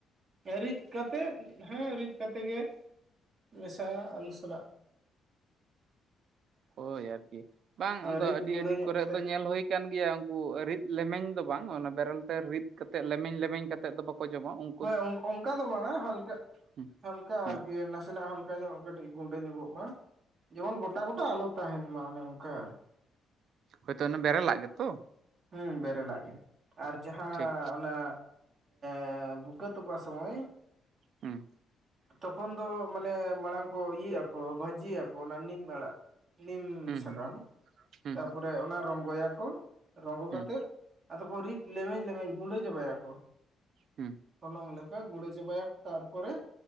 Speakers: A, on the right; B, on the right.
A: ᱨᱤᱫ ᱠᱟᱛᱮ ᱦᱮᱸ ᱨᱤᱫ ᱠᱟᱛᱮᱫ ᱜᱮ ᱢᱮᱥᱟ ᱟᱹᱞᱩ ᱥᱟᱞᱟᱜ
B: ᱦᱳᱭ ᱟᱨᱠᱤ ᱵᱟᱝ ᱟᱫᱚ
A: ᱨᱤᱫ
B: ᱟᱹᱰᱤ
A: ᱜᱩᱸᱰᱟᱹ
B: ᱟᱹᱰᱤ
A: ᱧᱚᱜ
B: ᱠᱚᱨᱮ
A: ᱠᱟᱛᱮᱜ
B: ᱫᱚ ᱧᱮᱞ ᱦᱩᱭ ᱠᱟᱱ ᱜᱮᱭᱟ ᱩᱱᱠᱩ ᱨᱤᱫ ᱞᱮᱢᱮᱧ ᱫᱚ ᱵᱟᱝ ᱚᱱᱟ ᱵᱮᱨᱮᱞ ᱛᱮ ᱨᱤᱫ ᱠᱟᱛᱮ ᱞᱮᱢᱮᱧ ᱞᱮᱢᱮᱧ ᱠᱟᱛᱮ ᱮᱫ ᱫᱚ ᱵᱟᱠᱚ ᱡᱚᱢᱟ ᱩᱱ
A: ᱦᱳᱭ ᱚᱱᱠᱟ ᱫᱚ ᱵᱟᱝᱟ ᱦᱟᱞᱠᱟ
B: ᱦᱩᱸ
A: ᱦᱟᱞᱠᱟ
B: ᱦᱩᱸ
A: ᱟᱨᱠᱤ ᱱᱟᱥᱮᱱᱟᱜ ᱦᱟᱞᱠᱟ ᱚᱱᱠᱟ ᱧᱚᱜ ᱠᱟᱹᱴᱤᱡ ᱜᱩᱸᱰᱟᱹ ᱧᱚᱜᱚᱜ ᱢᱟ ᱡᱮᱢᱚᱱ ᱜᱚᱴᱟ ᱜᱚᱴᱟ ᱟᱞᱚ ᱛᱟᱦᱮᱱ ᱢᱟ ᱚᱱᱮ ᱚᱱᱠᱟ
B: ᱦᱳᱭᱛᱳ ᱚᱱᱮ ᱵᱮᱨᱮᱞᱟᱜ ᱜᱮᱛᱚ
A: ᱦᱮᱸ ᱵᱮᱨᱮᱞᱟᱜ ᱜᱮ ᱟᱨ ᱡᱟᱦᱟᱸ
B: ᱴᱷᱤᱠ
A: ᱚᱱᱟ <inaudible> ᱵᱩᱠ ᱛᱚᱯ ᱥᱚᱢᱚᱭ
B: ᱦᱮᱸ
A: ᱛᱚᱠᱷᱚᱱ ᱫᱚ ᱢᱟᱱᱮ ᱢᱟᱲᱟᱝ ᱠᱚ ᱤᱭᱟᱹᱜ ᱟᱠᱚ ᱵᱷᱟᱹᱡᱤᱭᱟᱠᱚ ᱚᱱᱟ ᱱᱤᱢ ᱟᱲᱟᱜ ᱱᱤᱢ
B: ᱦᱩᱸ
A: ᱥᱟᱠᱟᱢ
B: ᱦᱩᱸ
A: ᱛᱟᱯᱚᱨᱮ ᱚᱱᱟ ᱨᱚᱝᱜᱚᱭᱟᱠᱚ ᱨᱚᱝᱜᱚ
B: ᱦᱩᱸ
A: ᱠᱟᱛᱮᱫ ᱟᱫᱚ ᱠᱚ ᱨᱤᱫ ᱞᱮᱢᱮᱧ ᱞᱮᱢᱮᱧ ᱜᱩᱸᱰᱟᱹ ᱪᱟᱵᱟᱭᱟᱠᱚ
B: ᱦᱩᱸ
A: ᱦᱚᱞᱚᱝ ᱫᱟᱠᱟ ᱢᱩᱲᱟᱸ ᱪᱟᱵᱟᱭᱟ ᱠᱚ ᱛᱟᱨᱯᱚᱨᱮ